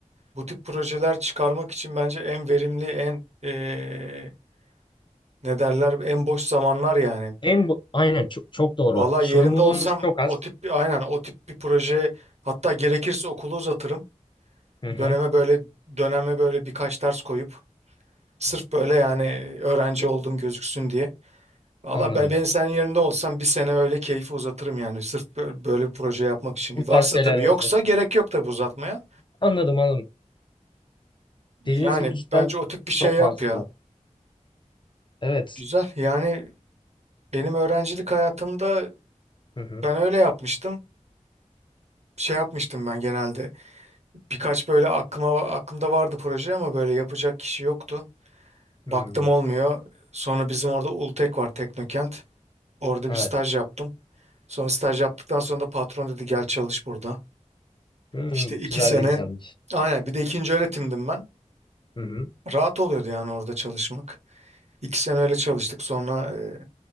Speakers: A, on the right; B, on the left.
A: bu tip projeler çıkarmak için bence en verimli en eee, ne derler en boş zamanlar yani.
B: En bu- aynen çok, çok doğru.
A: Valla
B: Sorumluluğumuz
A: yerinde olsam
B: çok az.
A: o tip bir aynen o tip bir proje hatta gerekirse okulu uzatırım.
B: Hı hı,
A: Döneme böyle döneme böyle birkaç ders koyup sırf böyle yani öğrenci olduğum gözüksün diye. Valla
B: anladım.
A: ben, ben senin yerinde olsam bir sene öyle keyfi uzatırım yani sırf bö- böyle bir proje yapmak için.
B: Bu
A: Varsa
B: tarz şeyler
A: tabii
B: orada.
A: yoksa gerek yok tabii uzatmaya.
B: Anladım anladım.
A: Yani
B: Dediğiniz gibi cidden
A: bence o tip bir şey
B: çok
A: yap
B: mantıklı.
A: ya.
B: Evet.
A: Güzel yani benim öğrencilik hayatımda
B: Hı hı.
A: ben öyle yapmıştım. Şey yapmıştım ben genelde. Birkaç böyle aklıma aklımda vardı proje ama böyle yapacak kişi yoktu. Baktım
B: Hmm,
A: olmuyor. Sonra bizim orada Ultek var Teknokent. Orada
B: Evet.
A: bir staj yaptım. Sonra staj yaptıktan sonra da patron dedi gel çalış burada.
B: Hmm,
A: İşte iki
B: güzel
A: sene
B: denk gelmiş.
A: aynen bir de ikinci öğretimdim ben.
B: Hı hı.
A: Rahat oluyordu yani orada çalışmak. İki sene öyle çalıştık sonra e,